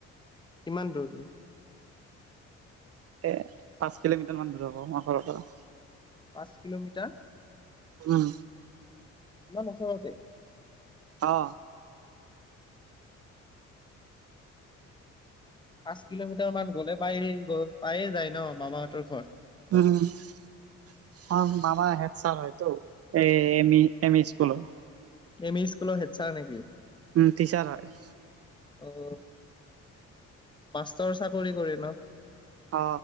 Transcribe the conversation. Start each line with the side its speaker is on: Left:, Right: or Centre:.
Left: কিমান দৌৰিলি?
Right: এ পাঁচ কিলোমিটাৰ মান দূৰ হব আমাৰ ঘৰৰ পৰা।
Left: পাঁচ কিলোমিটাৰ।
Right: উম।
Left: ইমান ওচৰতেই?
Right: অ।
Left: পাঁচ কিলোমিটাৰ মান গলে পায় গ পায়ে যায় ন মামাহঁতৰ ঘৰ।
Right: উম মামা হেতচাৰ হয়তো। এ এম ই এম ই স্কুলৰ।
Left: এম ই স্কুলৰ হেছাৰ নেকি?
Right: উম, টিচাৰ হয়।
Left: অ'। মাষ্টৰ চাকৰি কৰিম।
Right: অ।